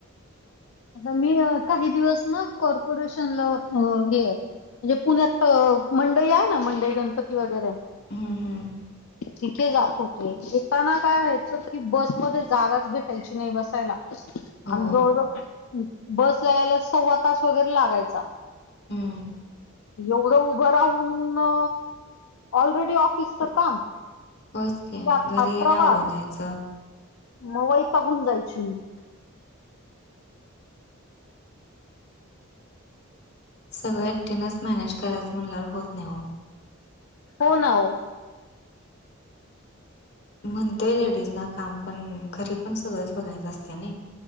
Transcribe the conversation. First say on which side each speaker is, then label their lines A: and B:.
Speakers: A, on the left (about 70°); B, on the left (about 50°).
A: आता मी काही दिवस ना कॉर्पोरेशनला होतो हे. म्हणजे पुण्यात मंडई आहे ना, मंडई गणपती वगैरे.
B: हं, हं.
A: तिथे जात होते, येताना काय व्हायचं की बसमध्ये जागाच भेटायची नाही बसायला. आणि
B: हो.
A: जवळ जवळ बसला यायला सव्वा तास वगैरे लागायचा.
B: हं.
A: येवड उभं राहून म ऑलरेडी ऑफिसचं काम.
B: होच
A: त्यात
B: की घरी
A: हा
B: येण्यावरून
A: प्रवास
B: जायचं.
A: मग वैतागून जायची मी
B: सगळं एकटीनच मॅनेज करायचं म्हणणावर होत नाही हो.
A: हो ना ओ.
B: म्हणतोय लेडीज ना काम पण, घरी पण सगळंच बघायचं असत ना.